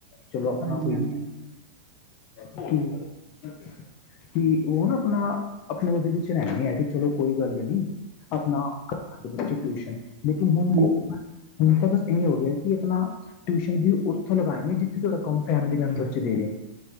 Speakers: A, on the left; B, on the right.
A: ਚਲੋ ਆਪਣਾ
B: ਹਾਂਜੀ
A: ਕੋਈ,
B: ਹਾਂਜੀ ਹਾਂਜੀ
A: ਜੀ-ਜੀ। ਕੀ ਉਹ ਨਾ ਆਪਣਾ। ਆਪਣੇ ਉਹਦੇ ਵਿੱਚ ਰਹਿੰਦੇ ਹੈ ਕਿ ਚਲੋ ਕੋਈ ਗੱਲ ਨੀ, ਆਪਣਾ ਕਰਨਾਟਕ ਟਿਊਸ਼ਨ ਲੇਕਿੰਨ ਹੁਣ
B: ਹਾਂਜੀ
A: ਕਿਉਂ ਹੁਣ ਤਾਂ ਬਸ ਇਹੀ ਹੋ ਗਿਆ ਕਿ ਆਪਣਾ ਟਿਊਸ਼ਨ ਵੀ ਉੱਥੋਂ ਲਗਾਏ ਗੇ ਜਿੱਥੇ ਤੁਹਾਡਾ ਕੰਮ ਫੈਮਿਲੀ ਮੈਂਬਰ ਚ ਦੇ ਰਹਿ ਹੈ।